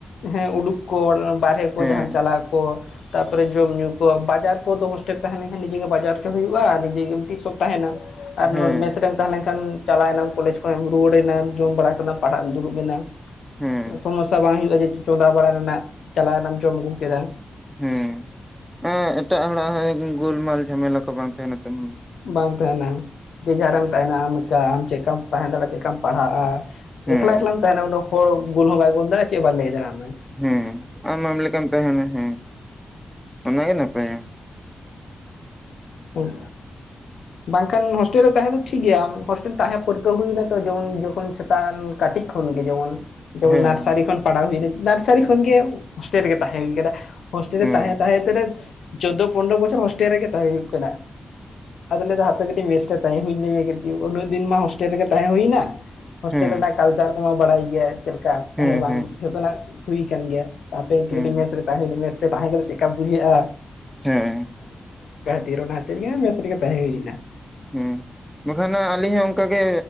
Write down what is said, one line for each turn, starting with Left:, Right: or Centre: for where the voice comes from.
Left: ᱦᱮᱸ ᱩᱰᱩᱠ ᱠᱚ ᱚᱱ ᱵᱟᱨᱦᱮ ᱠᱚ
Centre: ᱦᱮᱸ
Left: ᱡᱟᱦᱟᱸ ᱪᱟᱞᱟᱜ ᱠᱚ ᱛᱟᱨᱯᱚᱨᱮ ᱡᱚᱢ ᱧᱩ ᱠᱚ ᱵᱟᱡᱟᱨ ᱠᱚᱫᱚ ᱦᱳᱥᱴᱮᱞ ᱛᱟᱦᱮᱸ ᱞᱮᱱ ᱠᱷᱟᱱ ᱱᱤᱡᱮ ᱜᱮ ᱵᱟᱡᱟᱨ ᱪᱚ ᱦᱩᱭᱩᱜ-ᱟ ᱟᱨ ᱱᱤᱡᱮ ᱜᱮ ᱢᱤᱫᱴᱤᱡ ᱥᱚᱵ ᱛᱟᱦᱮᱱᱟ ᱟᱨ
Centre: ᱦᱮᱸ
Left: ᱱᱚᱨ ᱢᱮᱥ ᱨᱮ ᱛᱟᱦᱮᱸ ᱞᱮᱱ ᱠᱷᱟᱱ ᱪᱟᱞᱟ ᱣᱮᱱᱟᱢ ᱠᱚᱞᱮᱪ ᱠᱷᱚᱱ ᱮᱢ ᱨᱩᱣᱟᱹᱲ ᱮᱱᱟᱢ ᱡᱚᱢ ᱵᱟᱲᱟ ᱠᱮᱫᱟᱢ ᱯᱟᱲᱦᱟᱜ ᱮᱢ ᱫᱩᱲᱩᱵ ᱮᱱᱟ
Centre: ᱦᱮᱸ
Left: ᱥᱚᱢᱚᱥᱥᱟ ᱵᱟᱝ ᱦᱩᱭᱩᱜ-ᱟ ᱡᱮ ᱦᱮᱛᱩ ᱪᱚ ᱪᱚᱸᱫᱟ ᱵᱟᱲᱟ ᱨᱮᱱᱟᱜ ᱪᱟᱞᱟᱣ ᱮᱱᱟᱢ ᱡᱚᱢ ᱟᱹᱜᱩ ᱠᱮᱫᱟ᱾
Centre: ᱦᱩᱸ, ᱦᱮᱸ ᱮᱴᱟᱜ ᱦᱚᱲᱟᱜ ᱦᱚᱸ ᱜᱟᱹ ᱜᱳᱞᱢᱟᱞ ᱡᱷᱟᱢᱮᱞᱟ ᱠᱚ ᱵᱟᱝ ᱛᱟᱦᱮᱱᱟ ᱛᱚ ᱢᱩᱱ
Left: ᱵᱟᱝ ᱛᱟᱦᱮᱱᱟ ᱫᱤᱜᱷᱟ ᱨᱮᱢ ᱛᱟᱦᱮᱱᱟ ᱟᱢ ᱮᱠᱟᱞ, ᱟᱢ ᱪᱮᱜ ᱠᱟᱢ ᱛᱟᱦᱮᱸ ᱫᱟᱲᱮᱭᱟᱜ-ᱟ ᱪᱮᱜ ᱠᱟᱢ ᱯᱟᱲᱦᱟᱜ-ᱟ᱾
Centre: ᱦᱮᱸ
Left: ᱮᱠᱞᱟ ᱮᱠᱞᱟᱢ ᱛᱟᱦᱮᱱᱟ ᱩᱱᱟᱹ ᱦᱚᱲ ᱜᱳᱞ ᱦᱚᱸ ᱵᱟᱭ ᱜᱳᱞ ᱫᱟᱲᱮᱭᱟᱜ ᱪᱮᱫ ᱦᱚᱸ ᱵᱟᱭ ᱞᱟᱹᱭ ᱫᱟᱲᱮᱭᱟᱢᱟᱭ
Centre: ᱦᱩᱸ ᱟᱢ ᱟᱢ ᱞᱮᱠᱟᱢ ᱛᱟᱦᱮᱱᱟ ᱦᱮᱸ, ᱚᱱᱟ ᱜᱮ ᱱᱟᱯᱟᱭᱟ᱾
Left: ᱩᱸᱜ᱾ ᱵᱟᱝᱠᱷᱟᱱ ᱦᱳᱥᱴᱮᱞ ᱨᱮ ᱛᱟᱦᱮᱸ ᱫᱚ ᱴᱷᱤᱠ ᱜᱮᱭᱟ ᱦᱳᱥᱴᱮᱞ ᱛᱟᱦᱮᱸ ᱯᱟᱹᱨᱠᱟᱹᱣ ᱦᱩᱭᱱᱟ ᱛᱚ ᱡᱮᱢᱚᱱ ᱡᱚᱠᱷᱚᱱ ᱥᱮᱛᱼᱼ ᱛᱟᱱ ᱠᱟᱴᱤᱡ ᱠᱷᱚᱱ ᱜᱮ ᱡᱮᱢᱚᱱ ᱡᱮᱢᱚᱞ
Centre: ᱦᱮᱸ
Left: ᱱᱟᱨᱥᱟᱨᱤ ᱠᱷᱚᱱ ᱯᱟᱲᱦᱟᱣ ᱦᱩᱭ ᱱᱟ ᱱᱟᱨᱥᱟᱨᱤ ᱠᱷᱚᱱ ᱜᱮ ᱦᱚᱥᱴᱮᱞ ᱨᱮᱜᱮ ᱛᱟᱦᱮᱸ ᱦᱩᱭ ᱠᱟᱱᱟ ᱦᱳᱥᱴᱮᱞ ᱨᱮ
Centre: ᱦᱮᱸ
Left: ᱛᱟᱦᱮᱸ ᱛᱟᱦᱮᱸ ᱛᱟᱨᱟᱫ ᱪᱳᱫᱽᱫᱳ ᱯᱚᱱᱨᱚ ᱵᱚᱪᱷᱚᱨ ᱦᱳᱥᱴᱮᱞ ᱨᱮ ᱜᱮ ᱛᱟᱦᱮᱸ ᱦᱩᱭᱩᱜ ᱠᱟᱱᱟ ᱟᱫᱚ ᱞᱟᱹᱭ ᱫᱟ ᱦᱟᱯᱮ ᱠᱟᱹᱴᱤᱡ ᱢᱮᱥᱨᱮ ᱴᱟ ᱛᱟᱦᱮᱸ ᱦᱩᱭ ᱞᱮᱜᱮ ᱠᱟᱛᱤᱭᱩᱜ ᱩᱱᱟᱹᱜ ᱫᱤᱱ ᱢᱟ ᱦᱳᱥᱴᱮᱞ ᱨᱮᱜᱮ ᱛᱟᱦᱮᱸ ᱦᱩᱭ ᱱᱟ ᱦᱳᱥᱴᱮᱞ
Centre: ᱦᱮᱸ
Left: ᱨᱮᱱᱟᱜ ᱠᱟᱞᱪᱟᱨ ᱠᱚᱢᱟ ᱵᱟᱲᱟᱭ ᱜᱮᱭᱟ ᱪᱮᱫ ᱞᱮᱠᱟ
Centre: ᱦᱮᱸ
Left: ᱛᱟᱦᱮᱸ ᱵᱟᱝ
Centre: ᱦᱮᱸ
Left: ᱡᱚᱛᱚ ᱱᱟᱜ ᱦᱩᱭ ᱟᱠᱟᱱ ᱜᱮᱭᱟ ᱟᱯᱮ ᱟᱹᱛᱩ
Centre: ᱦᱮᱸ
Left: ᱠᱟᱹᱴᱤᱡ ᱢᱮᱥ ᱨᱮ ᱛᱟᱦᱮᱸ ᱠᱟᱛᱮᱜ ᱢᱮᱥ ᱨᱮ ᱛᱟᱦᱮᱸ ᱠᱟᱛᱮᱜ ᱪᱮᱫ ᱠᱟ ᱵᱩᱡᱷᱟᱹᱜ-ᱟ
Centre: ᱦᱮᱸ
Left: ᱛᱤᱨ ᱚᱱᱟ ᱠᱟᱹᱛᱤᱨ ᱜᱮ ᱢᱮᱥ ᱨᱮᱜᱮ ᱛᱟᱦᱮᱸ ᱦᱩᱭ ᱱᱟ
Centre: ᱦᱩᱸ ᱵᱟᱠᱷᱟᱱ ᱟᱞᱤᱧ ᱦᱚᱸ ᱚᱱᱠᱟ ᱜᱮ